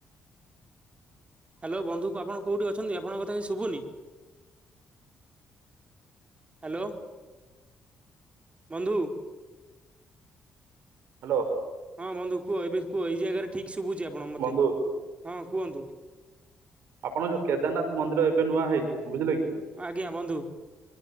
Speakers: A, on the right; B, on the right.
A: ହ୍ୟାଲୋ ବନ୍ଧୁ ଆପଣ କୋଉଠିଛନ୍ତି ଆପଣଙ୍କ କଥା କି ଶୁଭୁନି ହ୍ୟାଲୋ ବନ୍ଧୁ
B: ହ୍ୟାଲୋ
A: ହଁ ବନ୍ଧୁ କୁହ ଏବେ କୁହ ଏଇ ଜାଗାରେ ଠିକ୍ ଶୁଭୁଛି ଆପଣ ମୋତେ
B: ବନ୍ଧୁ
A: ହଁ କୁହନ୍ତୁ
B: ଆପଣ ଯୋଉ କେଦାରନାଥ ମନ୍ଦିର ଏବେ ନୂଆ ହେଇଛି ବୁଝିଲେ କି
A: ଆଜ୍ଞା ବନ୍ଧୁ